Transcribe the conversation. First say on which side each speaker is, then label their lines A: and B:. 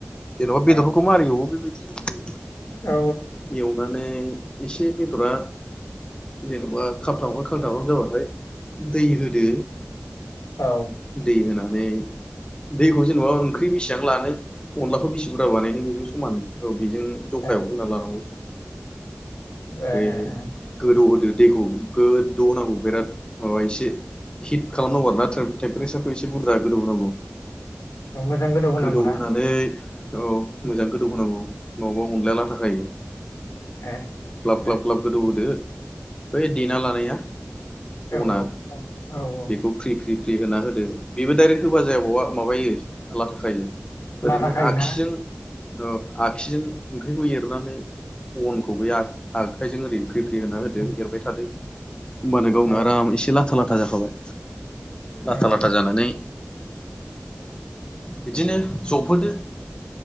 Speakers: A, on the left (about 20°); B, on the left (about 85°).
A: जेनबा बेदरफोरखौ
B: औ
A: मारै एवो बिबायद।
B: औ
A: एवनानै एसे बेदरा जेन'बा खाबथाबाम खांथामाम जाबाथाय दै होदो‌।
B: औ
A: दै होनानै दैखौ जेनेबा ओंख्रि बेसेबां लानो अनलाखौ बेसि बुरजा बानायनो बेजों समान औ। बेजों जखायाव
B: ए
A: होना लानांगौ।
B: ए
A: बे
B: ए
A: गोदौ होदो दैखौ गोदौहोनांगौ बिराद माबायसे हिट खालामनांगौ आरो थ्रेम थ्रेपेस फैब इसे बुरजा गोदौ होनांगौ।
B: ए मोजां होनांगौना
A: गोदौ होनानै औ मोजां गोदौ होनांगौ नबाव अनलाया लाथा थाखायो
B: ए
A: ख्लाब
B: ओमफ्राय
A: ख्लाब ख्लाब गोदौ होदो बै देना लानाया
B: औ
A: अना
B: औ औ औ
A: बेखौ फ्रि फ्रि फ्रि होना होद बेबो दडाइरेक्ट होबा जाया बावा माबायो लाथाखायो
B: लाथा
A: ओरैनो
B: खायोना
A: आगसिजों आगसिजों ओंख्रिखौ एरनानै अनखौ बे आ आखाइजों ओरै फ्रि फ्रि होना होदो
B: उम
A: एरबाय थादो होमबानो गावनो
B: औ
A: आराम एसे लाथा लाथा जाखाबाय लाथा
B: औ
A: लाथा जानानै बिदिनो जबहोदो